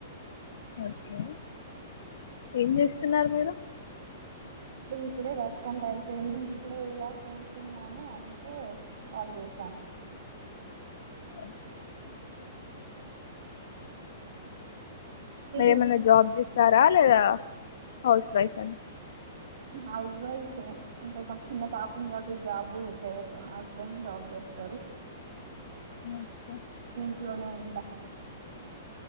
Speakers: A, on the left; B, on the right.
A: ఓకే ఏం చేస్తున్నారు మీరు
B: ఇప్పుడే వర్క్ అంతా అయిపోయింది ఇప్పుడే ఇలా కూర్చున్నాము అంతే కాల్ చేసాం
A: అ
B: మీరు
A: నువ్వు ఏమన్నా జాబ్ చేస్ ఇచ్చారు లేదా హౌస్ వైఫ్ అని
B: నిను హౌస్ వైఫ్ నే అంటే మాకు చిన్న పాప ఉంది కాబట్టి జాబ్ చేయట్లే మా హస్బెండ్ జాబ్ చేస్తారు
A: ఓకే
B: ఇంట్లొనే ఉంటా